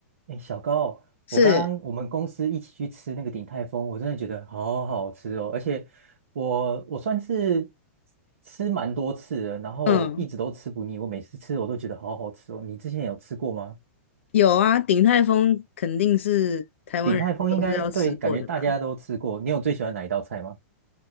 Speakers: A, on the right; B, on the left.
A: 哎，小高，
B: 是，
A: 我刚刚我们公司一起去吃那个鼎泰丰，我真的觉得好好吃哦，而且我我算是吃蛮多次了，然后一直都吃不腻，
B: 嗯，
A: 我每次吃我都觉得好好吃哦。你之前有吃过吗？
B: 有啊，鼎泰丰肯定是台湾人都是要吃过的吧？
A: 鼎泰丰应该对，感觉大家都吃过。你有最喜欢哪一道菜吗？